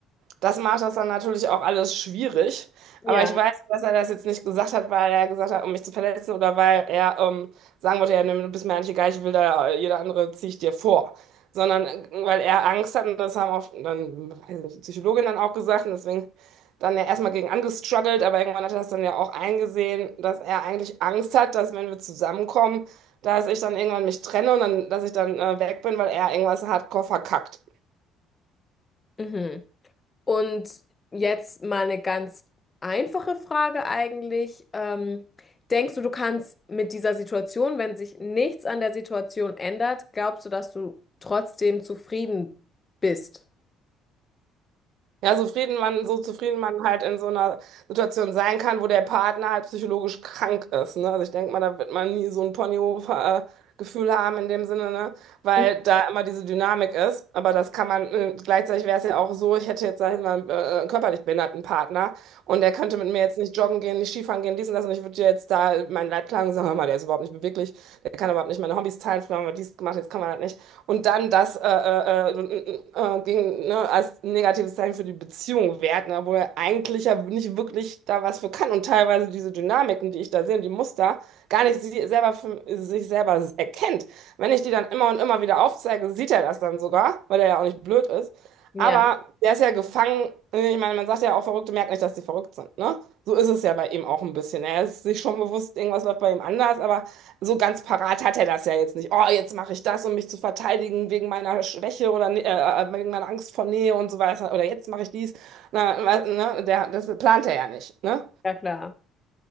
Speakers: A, on the right (about 60°); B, on the left (about 15°).
A: das macht das dann natürlich auch alles schwierig.
B: Ja.
A: Aber ich weiß, dass er das jetzt nicht gesagt hat, weil er gesagt hat, um mich zu verletzen oder weil er ähm, sagen wollte, ja, nee, du bist mir eigentlich egal, ich will da, äh, jeder andere ziehe ich dir vor. Sondern äh, weil er Angst hat und das haben auch dann weiß ich nicht, die Psychologin dann auch gesagt und deswegen dann ja erstmal gegen angestruggelt, aber irgendwann hat er das dann ja auch eingesehen, dass er eigentlich Angst hat, dass wenn wir zusammenkommen, dass ich dann irgendwann mich trenne und dann, dass ich dann äh, weg bin, weil er irgendwas hardcore verkackt.
B: Mhm. Und jetzt mal eine ganz einfache Frage eigentlich. Ähm, denkst du, du kannst mit dieser Situation, wenn sich nichts an der Situation ändert, glaubst du, dass du trotzdem zufrieden bist?
A: Ja, so zufrieden man, so zufrieden man halt in so einer Situation sein kann, wo der Partner halt psychologisch krank ist, ne? Also ich denke mal, da wird man nie so ein Ponyhof-Gefühl haben in dem Sinne, ne? Weil
B: Mhm.
A: da immer diese Dynamik ist. Aber das kann man, äh, gleichzeitig wäre es ja auch so, ich hätte jetzt, sag ich mal, einen, äh, einen körperlich behinderten Partner und der könnte mit mir jetzt nicht joggen gehen, nicht Skifahren gehen, dies und das und ich würde dir jetzt da meinen Leid klagen und sagen, hör mal, der ist überhaupt nicht beweglich, der kann überhaupt nicht meine Hobbys teilen, früher haben wir dies gemacht, jetzt kann man halt nicht und dann das äh, äh, äh, äh, gegen, ne, als negatives Zeichen für die Beziehung wert, ne, obwohl er eigentlich ja nicht wirklich da was für kann und teilweise diese Dynamiken, die ich da sehe und die Muster, gar nicht sie selber für, sich selber erkennt. Wenn ich die dann immer und immer wieder aufzeige, sieht er das dann sogar, weil er ja auch nicht blöd ist.
B: Ja,
A: Aber der ist ja gefangen. Ich meine, man sagt ja auch, Verrückte merken nicht, dass sie verrückt sind, ne? So ist es ja bei ihm auch ein bisschen. Er ist sich schon bewusst, irgendwas läuft bei ihm anders, aber so ganz parat hat er das ja jetzt nicht. Oh, jetzt mache ich das, um mich zu verteidigen wegen meiner Schwäche oder Nä- äh, äh, wegen meiner Angst vor Nähe und so weiter. Oder jetzt mache ich dies. Na, wa- ne, der, das plant er ja nicht, ne?
B: ja klar.